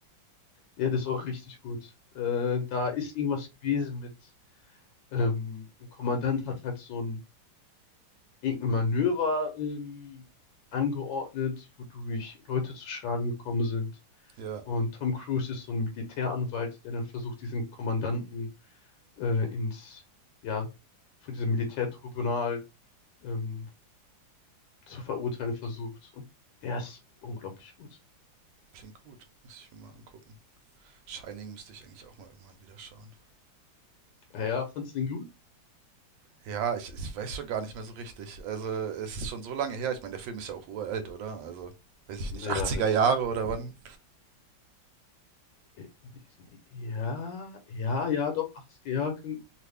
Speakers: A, on the left; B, on the right.
A: Ja, das ist auch richtig gut. Äh, da ist irgendwas gewesen mit, ähm, ein Kommandant hat halt so ein irgendein Manöver ähm, angeordnet, wodurch Leute zu Schaden gekommen sind.
B: Ja,
A: Und Tom Cruise ist so ein Militäranwalt, der dann versucht, diesen Kommandanten äh, ins, ja, von diesem Militärtribunal ähm, zu verurteilen versucht. Und der ist unglaublich gut.
B: klingt gut, muss ich mir mal angucken. Shining müsste ich eigentlich auch mal irgendwann wieder schauen.
A: Ja, fandst du den gut?
B: Ja, ich, ich weiß schon gar nicht mehr so richtig. Also, es ist schon so lange her. Ich meine, der Film ist ja auch uralt, oder? Also, weiß ich
A: Ja,
B: nicht, 80er
A: das.
B: Jahre oder wann?
A: äh, nee, nee, Ja, ja, ja, doch, 80er Jahre kann